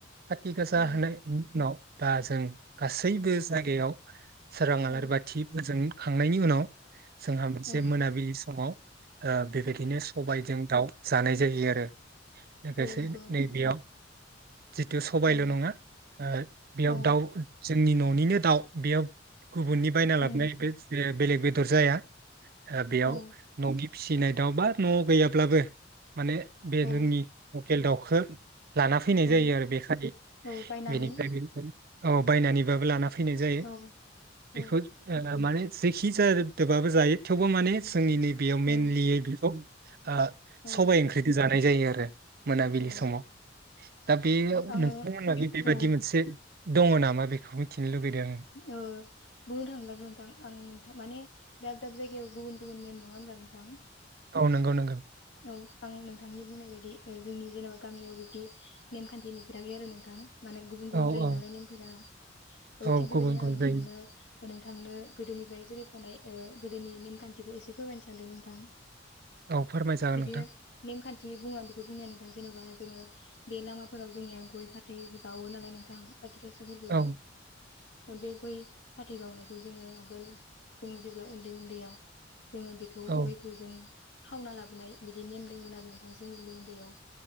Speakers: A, on the right; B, on the left.
A: काति गासा
B: औ
A: होनाय उनाव बाज <unintelligible> जों गासैबो जायगायाव सोरां
B: औ
A: आलारि बाथिफोजों <unintelligible> उनाव जोंहा मोनसे
B: औ
A: मोनाबिलि समाव। आ। बेबायदिनो सबायजों दाउ। जानाय जायो आरो। लोगोसे
B: औ नंगौ नोंथां
A: नैबेयाव। जितु सबायल'
B: औ
A: नङा ओ बेयाव
B: औ
A: दाउ। जोंनि न'निनो दाउ बेयाव। गुबुननि बायना लाबोनाय
B: उम
A: बे। बेलेग बेदर जाया। बेयाव।
B: औ
A: फिसिनाय दाउ बा न'आव गैयाब्लाबो। माने बे
B: औ
A: जोंनि। लकेल दाउखो। लाना फैनाय
B: औ
A: जायो आरो बे खालि
B: औ बायनानै
A: बेनिफ्राय बे। औ बायनानै। लाना फैनाय जायो
B: औ औ औ
A: बेखौ ओ माने। जायखिजायादोब्लाबो जायो थेवबो माने जोंनि नैबे बेयाव मेनलियै
B: औ
A: बेखौ। ओ
B: औ
A: सबाय ओंख्रिदो जा जानाय जायो आरो। मोनाबिलि
B: औ
A: समाव दा बे
B: आङो
A: नोंथांमोननादि बे
B: औ
A: बायदि मोनसे दङ नामा बेखौ मिथिनो लुबैदों आङो
B: ओ बुंनो थांब्ला नोंथां आं नोंथां माने दाब दाब जायगायाव गुबुन गुबुन नेम नङा होमब्ला नोंथां?
A: औ नंगौ नंगो।
B: औ आं नोंथांनि बुंनाय बायदि जोंनि जेनेबा गामियाव बिदि नेमखान्थि नुफेराखै आरो नोंथां। माने गुबुन
A: औ
B: गुबुन जायो
A: औ
B: नालाय नेमफोरा औ
A: औ
B: थिग बेबायदिनो
A: गुबुन गुबुन
B: आं नोंथांनो
A: जायो
B: नोंथांनो गोदोनिफ्राय जुरै थानाय गोदोनि नेमखान्थिखौ एसे फोरमायनो सानदों नोंथां।
A: औ फोरमायजागोन
B: बिदिनो
A: नोंथां
B: नेमखान्थि बुङा बि बेखौ बुंनाया नोंथां जेनेबा जोङो बे लामाफोराव जोंनिया गय फाथै बावो नालाय नोंथां। खाथि गासा फोरबोआव।
A: औ
B: बे गय फाथै बावनायखौ जोङो आगोल जों जेब्ला उन्दै उन्दैयाव जोङो बेखौ
A: औ
B: गयखौ जों खावना लाबो । नुनाय बिदि नेम दङमोन आरो नोंथां जों उन्दै उन्दैयाव।